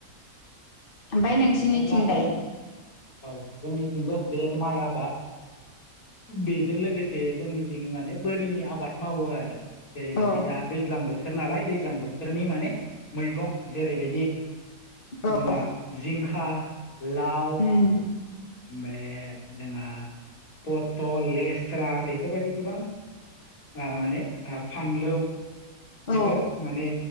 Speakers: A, on the left; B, on the left.
A: ओमफ्राय नोंसिनिथिंलाय
B: नोंथांलाबो औ जोंनिथिंबो बे माइ आबाद बेजों लोगोसे जोंनिथिं माने बोरिनि आबाद मावो आरो जेरैबायदि
A: औ
B: दा दैज्लां बोथोर नालाय दैज्लां बोथोरनि माने मैगं जेरैबायदि
A: औ
B: जोंहा जिंखा लाव
A: उम
B: मे ओमफाय जोंना पथल लेस्रा बेफोरबायदि गोबां माने फानलौ बेफोर
A: औ
B: माने